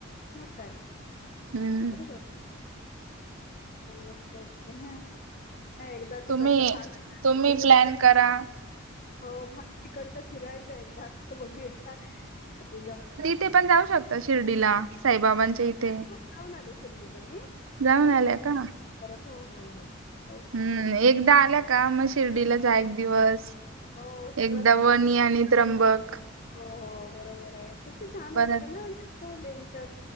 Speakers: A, on the left; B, on the right.
A: म काय
B: हम्म
A: अरबर मत नाही एकदा तिकडचा
B: तुम्ही
A: भाग आ
B: तुम्ही
A: एकदा तिकडचा
B: <unintelligible>
A: हो भ तिकडचं फिरायचं एकदा आता बघूयाी जाऊन
B: ते पण जाऊ शकत शिर्डीला साईबाबांच्या इथे
A: शिर्डी हो जाऊन आले शिर्डीला मी
B: जाऊन
A: परत
B: आल्या का
A: हो हो हो जाऊ शकतो
B: हम्म
A: परत.
B: एकदा आल्या का मग शिर्डीला जा एक दिवस
A: हो सगळंच
B: एकदा वणी आणि त्र्यंबक
A: हो बरोबर आहे किती छान
B: परत
A: वाटतं ना देवीच्या